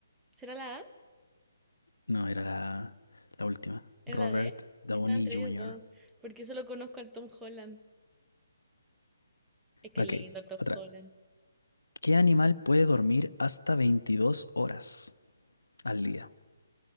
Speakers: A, in the centre; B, on the left (about 75°).
A: ¿Será la A?
B: No, era la, la última.
A: ¿Era
B: Robert
A: la D?
B: Downey
A: Estaba entre
B: Jr.
A: ellos dos. Porque solo conozco al Tom Holland. Es que
B: Ok,
A: es lindo el Tom
B: otra.
A: Holland.
B: ¿Qué animal puede dormir hasta 22 horas al día?